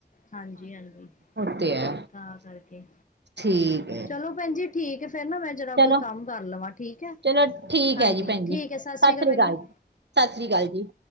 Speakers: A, on the left (about 45°); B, on the right (about 80°).
A: ਹਾਂਜੀ ਹਾਂਜੀ
B: ਉਹ ਤੇ ਹੈ
A: ਤਾਂ ਕਰਕੇ
B: ਠੀਕ ਹੈ।
A: ਚਲੋ ਭੈਣ ਜੀ ਠੀਕ ਹੈ ਫਿਰ ਨਾ ਮੈਂ ਜਰਾ
B: ਚਲੋ
A: ਕੋਈ ਕੰਮ ਕਰ ਲਵਾਂ ਠੀਕ ਹੈ।
B: ਚਲੋ ਠੀਕ
A: ਹਾਂਜੀ
B: ਹੈ ਜੀ ਭੈਣ
A: ਠੀਕ
B: ਜੀ ਸਤਿ
A: ਹੈ
B: ਸ਼੍ਰੀ
A: ਭੈਣ
B: ਅਕਾਲ
A: ਜੀ
B: ਸਤਿ ਸ਼੍ਰੀ ਅਕਾਲ ਜੀ